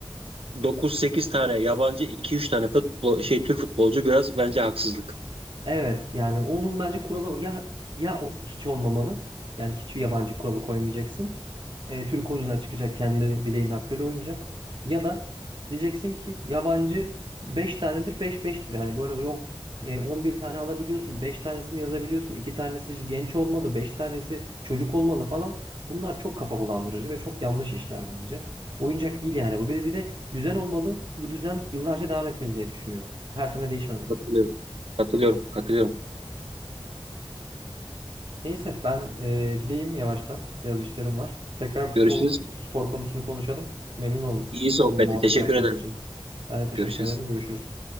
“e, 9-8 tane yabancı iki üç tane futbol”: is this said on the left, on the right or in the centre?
Right